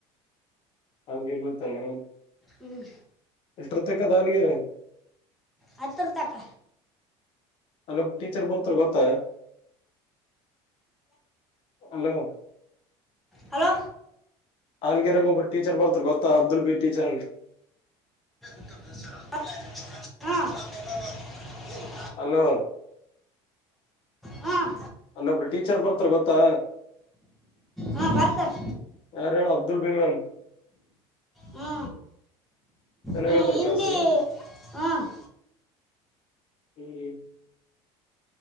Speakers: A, on the left; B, in the centre.
A: ಹಮಗೆರ್ ಗೊತ್ತಲ್ಲ.
B: ಹ್ಮ್
A: <unintelligible>
B: ಹತ್ತರ ತಕ.
A: ಅಲೋಬ್ ಟೀಚರ್ ಬರ್ತಾರ ಗೊತ್ತ ಹಲೋ.
B: ಹಲೋ
A: ಆನಗೇರಗ ಒಬ್ರು ಟಚರ್ ಬರ್ತರ ಗೊತ್ತ ಅಬ್ದುಲ್ ಬಿ ಟೀಚರ್ ಅಂತ.
B: <unintelligible>
A: ಅಲೋ
B: ಹಾಂ
A: ಅಲ್ಲೊಬ್ರು ಟೀಚರ್ ಬರ್ತಾರ ಗೊತ್ತಾ.
B: ಹಾಂ ಬರ್ತಾರ.
A: ಯಾರು ಹೇಳ ಅಬ್ದುಲ್ ಬೇಗಂ.
B: ಹಾ
A: ಚೆನ್ನಾಗ್
B: ಹ್ಮ್
A: ಹೇಳ್ತಾರ
B: ಹಿಂದಿ
A: ಕ್ಲಾಸ್ ಹ್ಮ್
B: ಹ್ಮ್.
A: <unintelligible>